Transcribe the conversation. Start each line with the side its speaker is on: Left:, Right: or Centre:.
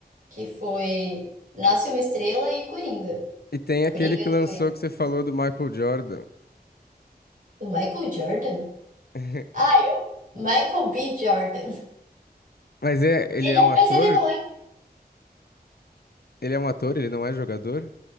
Right: Que foi Nasce uma Estrela e Coringa.
Left: E tem
Right: Coringa
Left: aquele que lançou
Right: dois
Left: que você falou do Michael Jordan.
Right: do Michael Jordan?
Left: <laughs>
Right: Ah, eu, Michael B. Jordan.
Left: Mas é, ele
Right: Ele
Left: é
Right: é-
Left: um ator?
Right: mas ele não é,
Left: Ele é um ator, ele não é jogador?